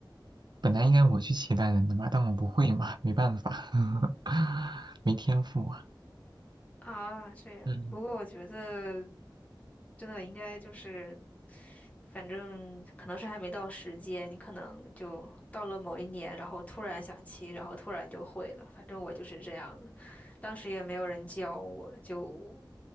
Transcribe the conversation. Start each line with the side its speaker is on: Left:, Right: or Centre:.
Right: 本来应该我去骑单人的嘛，但我不会嘛，没办法，<laughs> 没天赋啊，
Left: 啊，这样。
Right: 嗯。
Left: 不过我觉得真的应该就是，反正可能是还没到时间，你可能就到了某一年，然后突然想骑，然后突然就会了。反正我就是这样的，当时也没有人教我，就